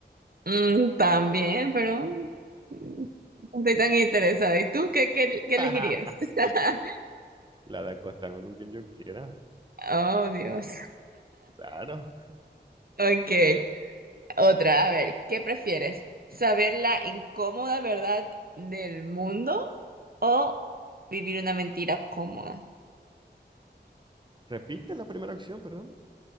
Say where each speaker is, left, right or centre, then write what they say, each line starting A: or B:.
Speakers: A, on the right (about 60°); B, on the right (about 25°).
A: Mm, también, pero mm, no estoy tan interesada. ¿Y tú qué, qué, qué elegirías?
B: <laughs>
A: <laughs>
B: La de acostarme con quien yo quiera,
A: Oh, Dios.
B: claro.
A: Ok. Otra, a ver, ¿qué prefieres? ¿Saber la incómoda verdad del mundo O vivir una mentira cómoda.
B: Repite la primera opción, perdón.